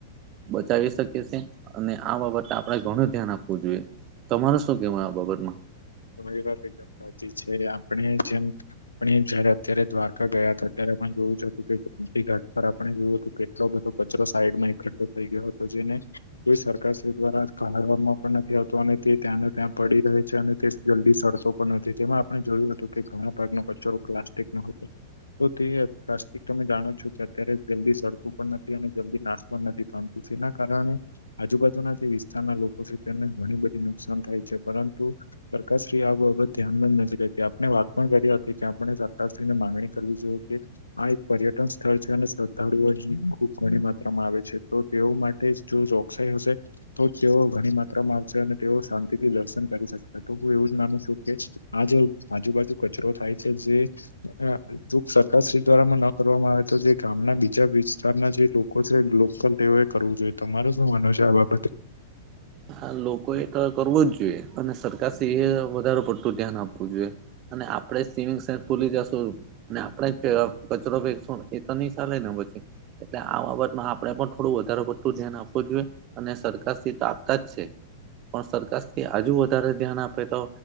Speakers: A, on the right (about 35°); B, on the left (about 85°).
A: બચાવી શકીએ છે અને આ બાબતે આપણેે ઘણું ધ્યાન આપવું જોઈએ. તમારે શું કહેવાય આ બાબતમાં
B: તમારી વાત એકદમ સાચી છે આપણે જેમ <inaudible> જયારે અત્યારે દ્વારકા ગયા હતા ત્યારે જોયું જ હતું કે <unintelligible> ઘાટ પર આપણે જોયું હતું કેટલો બધો કચરો સાઈડમાં એકઠો થઈ ગયો હતો જેને કોઈ સરકારશ્રી દ્વારા ખહાડવામાં પણ નથી આવતો અને તે ત્યાંને ત્યાં પડી રહે છે અને તે જલ્દી સડતો પણ નથી તેમાં આપણે જોયું હતું કે ઘણા ભાગ નો કચરો પ્લાસ્ટિક નો હતો તો તે પ્લાસ્ટિક તમે જાણો છો કે અત્યારે જલ્દી સડતું પણ નથી અને જલ્દી નાશ પણ નથી પામતું જેના કારણે - <unintelligible> -આજુબાજુના જે વિસ્તારના લોકો છે તેમને ઘણી બધી નુકસાન થાય છે પરંતુ પ્રકાશશ્રીઆ બાબત ધ્યાનમાં જ નથી રહેતી આપણે વાત પણ કરી હતી કે આપણે સરકાશ્રી ની માગણી કરવી જોઈએ આ એક પર્યટન સ્થળ છે, અને શ્રદ્ધાળુઓ અહીં ખૂબ ઘણી માત્રામાં આવે છે તો તેઓ માટે <unintelligible> જો ચોકસાઈ હશે તો તેઓ ઘણી માત્રામાં આવશે અને તેઓ શાંતિ થી દર્શન કરી શકશે તો હું એવું જ માનું છું કે આ જે આજુબાજુ કચરો થાય છે જે અ <unintelligible> સરકાર શ્રી દ્વારામાં ન કરવામાં આવે તો જે ગામના બીજા વિસ્તારના જે લોકો છે લોકલ તેઓએ કરવું જોઈએ. તમારું શું માનવું છે આ બાબતે
A: હા લોકોએ કર કરવો જ જોઈએ અને સરકાર શ્રી એ વધારે પડતું ધ્યાન આપવું આપ જોએ અને આપ આપણે સ્મિંગ સેલ્ફ ભૂલી જઈશું ને આપણે કચરો ફેકશું એ તો નહી ચાલે ને પછી એટલે આ બાબતમાં આપણે પણ થોડું વધારે પડતું ધ્યાન આપવું જોઈએ અને સરકાર શ્રી ત કચ છે પણ સરકારથી આજુ વધારે ધ્યાન આપે તો